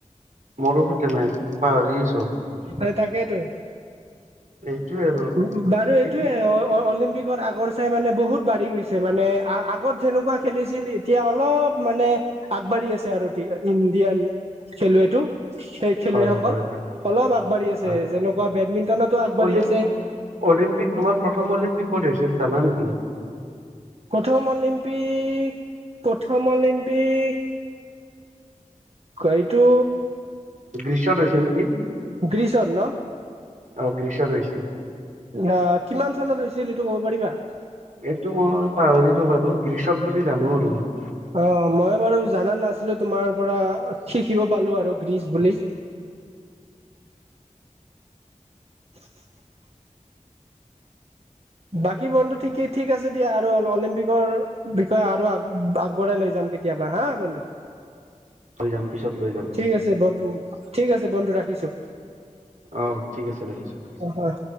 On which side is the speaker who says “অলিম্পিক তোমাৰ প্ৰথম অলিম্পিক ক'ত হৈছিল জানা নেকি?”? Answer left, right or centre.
Right